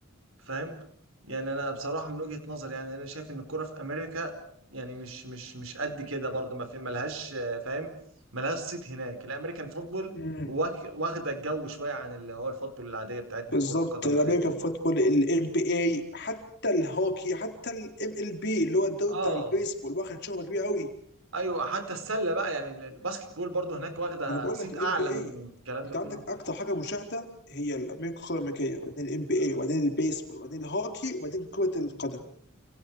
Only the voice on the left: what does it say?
مم.
بالظبط
الامريكان
فوتبول الام بي اي حتى الهوكي حتى الام ال بي اللي هو الدوري
بتاع البيسبول واخد شهره كبيره قوي
ما انا بقول
لك الام
بي اي
انت
عندك اكتر حاجه مشاهده هي الامريكان القاره الامريكيه وبعدين الام بي اي وبعدين البيسبول وبعدين الهوكي وبعدين كره القدم